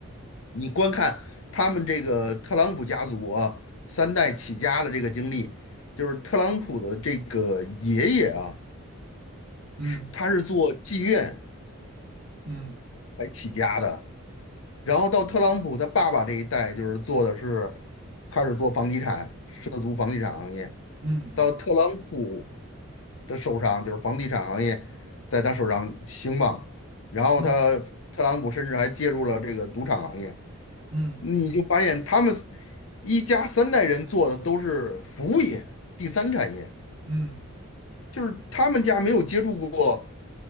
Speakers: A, on the left; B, on the right.
A: 你观看他们这个特朗普家族啊，三代起家的这个经历，就是特朗普的这个爷爷啊，
B: 嗯
A: 是他是做妓院
B: 嗯
A: 来起家的，然后到特朗普他爸爸这一代，就是做的是开始做房地产，涉足房地产行业。
B: 嗯嗯嗯嗯。
A: 到特朗普的手上，就是房地产行业在他手上兴旺，然后他特朗普甚至还介入了这个赌场行业，
B: 嗯嗯
A: 你就发现他们一家三代人做的都是服务业、第三产业，
B: 嗯
A: 就是他们家没有接触过